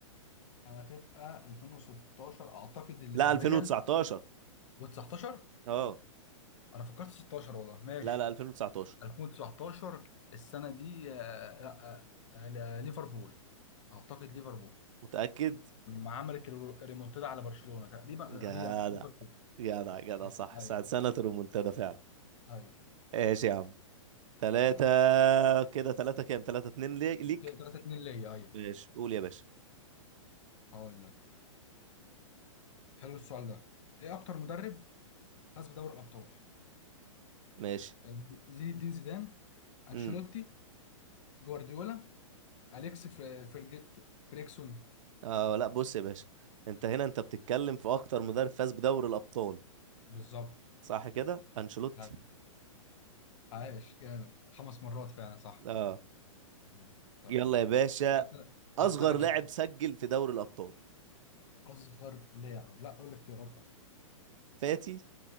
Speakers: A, on the left (about 65°); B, on the right (about 70°).
A: هتبقى 2016 اعتقد ال-
B: لا
A: الريال
B: 2019
A: و19
B: اه
A: انا فكرت 16 والله ماشي
B: لا لا 2019
A: 2019 السنه دي آه، لا آه، آه، لا، ليفربول اعتقد ليفربول
B: متأكد
A: لما عملت الريمونتادا على برشلونه تقريبا
B: جدع
A: هي ليفربول
B: جدع جدع
A: ايوه
B: صح
A: ايوه
B: ساعة سنة الريمونتادا فعلا
A: ايوه
B: ايش يا عم تلاتة
A: تمام
B: كده تلاتة كام تلاتة اتنين لي- ليك
A: كده 3 2 ليا ايوه
B: ماشي قول يا باشا
A: هقول لك حلو السؤال ده ايه اكتر مدرب فاز بدوري الابطال
B: ماشي
A: يعني زين الدين زيدان انشيلوتي
B: امم
A: جوارديولا اليكس فر- فرج... ف- فريكسون
B: اه لا بص يا باشا انت هنا انت بتتكلم في اكتر مدرب فاز بدوري الابطال
A: بالظبط
B: صح كده انشيلوتي
A: ايوه عايش جامد خمس مرات فعلا صح
B: اه
A: مم. طب
B: يلا
A: يلا
B: يا باشا
A: ثلاثة
B: اصغر
A: ثلاثة ثلاثة.
B: لاعب سجل في دوري الابطال
A: أصغر لاعب لا قول الاختيارات بقى
B: فاتي